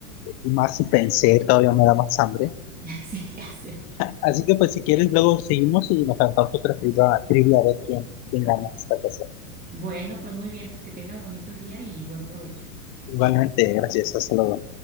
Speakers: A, on the left (about 35°); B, on the right (about 20°).
A: Y más si pensé, todavía me da más hambre.
B: <laughs> Sí, ya sé.
A: Así que, pues, si quieres, luego seguimos y nos cantamos otra trivia, trivia a ver quién, quién gana esta ocasión.
B: Bueno, pues muy bien, pues que tengas bonito día y buen provecho.
A: Igualmente, gracias, hasta luego.